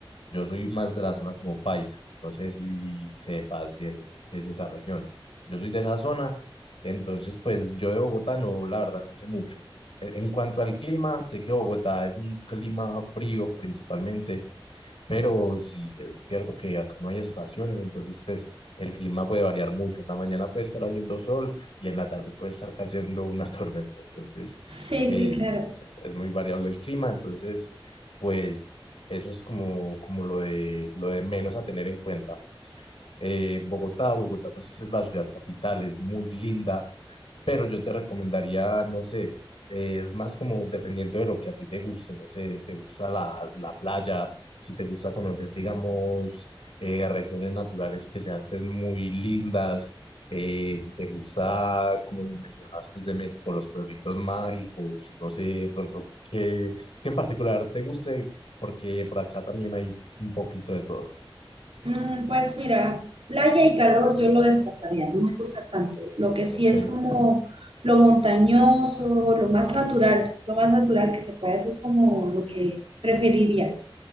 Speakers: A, on the left; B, on the right.
A: Yo soy más de la zona como paisa, no sé si sepas bien qué es esa región. Yo soy de esa zona, entonces pues yo de Bogotá no, la verdad no sé mucho. En en cuanto al clima, sé que Bogotá es un clima frío principalmente pero si es cierto que acá no hay estaciones, entonces pues el clima puede variar mucho. En la mañana puede estar haciendo sol y en la tarde puede estar cayendo una <laughs> tormenta. Entonces
B: Sí,
A: es,
B: sí, claro.
A: es muy variable el clima. Entonces pues eso es como, como lo de, lo de menos a tener en cuenta. Eh, Bogotá, Bogotá pues es la ciudad capital, es muy linda pero yo te recomendaría, no sé, eh, es más como dependiendo de lo que a ti te guste, no sé, te gusta la, la playa, si te gusta conocer, digamos, eh, regiones naturales que sean pues muy lindas, eh, si te gusta, como me mencionabas, pues de México, los pueblitos mágicos, no sé, de pronto, qué, qué en particular te guste, porque por acá también hay un poquito de todo,
B: Mm, pues mira, playa y calor yo lo descartaría, no me gusta tanto. Lo que sí
A: ¿ok?
B: es como lo montañoso, lo más natural, lo más natural que se puede, eso es como lo que preferiría.